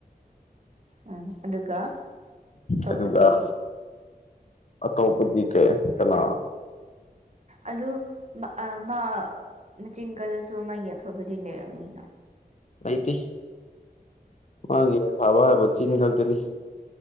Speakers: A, on the right; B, on the left.
A: ꯎꯝ ꯑꯗꯨꯒ ꯑꯇꯣꯞꯄꯗꯤ
B: ꯑꯗꯨꯒ ꯑꯇꯣꯞꯄꯗꯤ ꯀꯦ ꯀꯅꯥ
A: ꯑꯗꯨ ꯃꯥ ꯃꯆꯤꯟ ꯀꯜꯂꯁꯨ ꯃꯥꯒꯤ ꯑꯐꯕꯗꯤ ꯂꯩꯔꯝꯃꯤꯅꯣ
B: ꯂꯩꯇꯦ ꯃꯥꯒꯤ ꯑ ꯊꯥꯕ ꯍꯥꯏꯕ ꯆꯤꯟ ꯈꯛꯇꯅꯤ